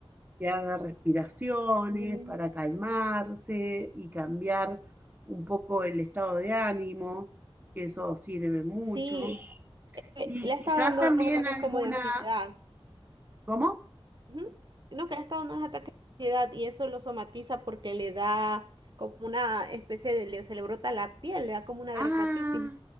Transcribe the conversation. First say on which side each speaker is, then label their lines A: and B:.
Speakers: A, on the right; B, on the right.
A: que haga respiraciones
B: Mm.
A: para calmarse y cambiar un poco el estado de ánimo, que eso sirve mucho.
B: sí. Eh,
A: Y
B: Le ha
A: quizás
B: estado dando
A: también
B: unos ataques
A: alguna,
B: como de ansiedad.
A: ¿cómo?
B: Ujú. No, que le ha estado dando unos ataques de ansiedad y eso lo somatiza porque le da como una especie de, le- se le brota la piel, le da como una
A: Ah,
B: dermatitis.